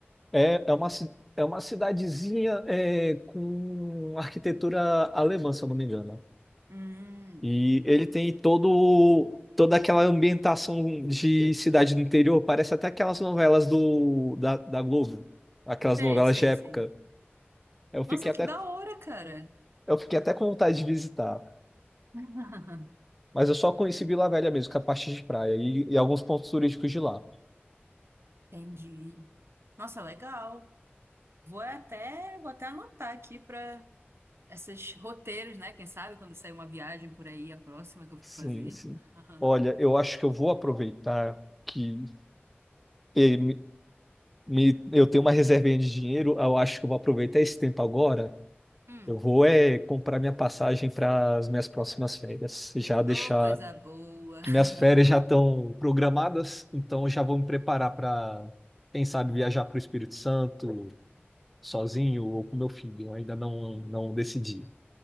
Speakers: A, in the centre; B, on the right.
A: É, é uma, ci- é uma cidadezinha é, com arquitetura alemã, se eu não me engano.
B: Hum,
A: E ele tem todo, toda aquela ambientação de cidade do interior. Parece até aquelas novelas do, da, da Globo. Aquelas
B: sei,
A: novelas
B: sei,
A: de época.
B: sei.
A: Eu fiquei
B: Nossa,
A: até,
B: que da hora, cara.
A: eu fiquei até com vontade de visitar.
B: <laughs>
A: Mas eu só conheci Vila Velha mesmo, que é a parte de praia e, e alguns pontos turísticos de lá.
B: Entendi. Nossa, legal. Vou até, vou até anotar aqui para esses roteiros, né? Quem sabe quando sair uma viagem por aí, a próxima que eu for
A: Sim,
B: fazer.
A: sim.
B: <laughs>
A: Olha, eu acho que eu vou aproveitar que eh, me- me- eu tenho uma reservinha de dinheiro. Eu acho que eu vou aproveitar esse tempo agora.
B: Hum,
A: Eu vou é comprar minha passagem para as minhas próximas férias. Já deixar
B: ô, coisa boa. <laughs>
A: que minhas férias já estão programadas, então eu já vou me preparar para, quem sabe, viajar para o Espírito Santo sozinho ou com meu filho. Eu ainda não, não decidi,